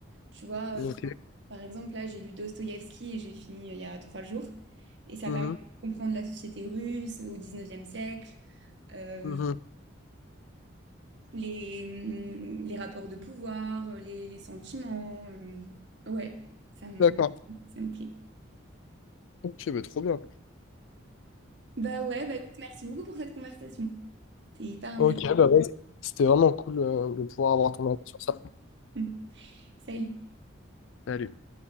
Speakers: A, on the right (about 60°); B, on the left (about 75°).
A: Tu vois,
B: Ok.
A: euh, ça- par exemple, là, j'ai lu Dostoïevski et j'ai fini euh, il y a trois jours, et ça
B: Mhm,
A: permet de comprendre la société russe au 19e siècle, euh,
B: mhm.
A: les, mm, les rapports de pouvoir, euh, les, les sentiments. euh, ouais, ça me,
B: D'accord.
A: ça me plaît.
B: Ok, mais trop bien.
A: Bah ouais, bah écoute, merci beaucoup pour cette conversation. C'était hyper intéressant.
B: Ok, bah ouais, c'était vraiment cool euh, de pouvoir avoir ton avis sur ça.
A: <laughs> Salut.
B: Salut.